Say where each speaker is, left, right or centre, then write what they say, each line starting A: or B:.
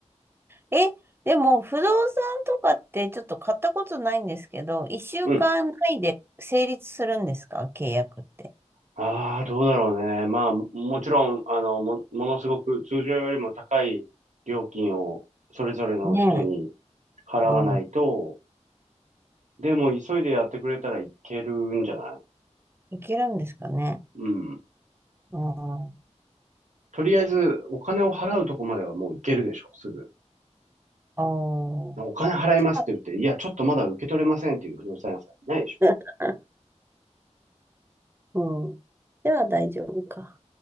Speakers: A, on the right (about 20°); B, on the right (about 80°).
A: え、でも、不動産とかってちょっと買ったことないんですけど、1週間単で成立するんですか契約って。
B: うんああ、どうだろうね。まあ、ももちろん、あの、も、ものすごく通常よりも高い料金をそれぞれの人に
A: ねえ。
B: 払わないと、
A: うん。
B: でも急いでやってくれたらいけるんじゃない
A: いけるんですかね。
B: うん。
A: うん。
B: とりあえず、お金を払うとこまではもういけるでしょ、すぐ。
A: おー。
B: お金払いますって言って、
A: では、
B: いや、ちょっとまだ受け取れませんっていう不動産屋さんいないでしょ。
A: <laughs> うん。では大丈夫か。